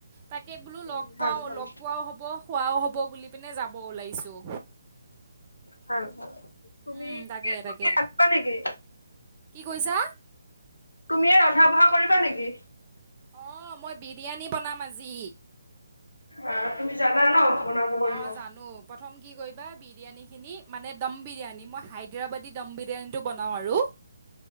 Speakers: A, on the right; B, on the left.
A: তাকে বোলো
B: উম,
A: লগ
B: ভাল
A: পোৱাও
B: ভাল
A: লগ পোৱাও হ'ব খোৱাও হ'ব বুলি পিনে যাব ওলাইছোঁ।
B: হ তুমি
A: উম, তাকে তাকে
B: বা <inaudible> নেকি
A: কি কৈছা?
B: তুমিয়ে ৰন্ধা-বঢ়া কৰিবা নেকি?
A: অ' মই বিৰিয়ানী বনাম আজি।
B: অ' তুমি জানা ন বনাব কৰিব।
A: অ' জানো প্ৰথম কি কৰিবা বিৰিয়ানী। খিনি মানে দম বিৰিয়ানী মই হাইদৰাবাদী দম বিৰিয়ানীটো বনাও আৰু